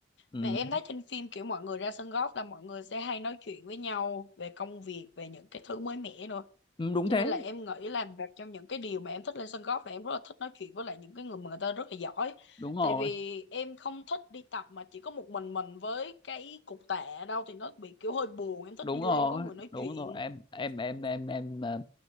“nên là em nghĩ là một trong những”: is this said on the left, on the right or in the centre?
Left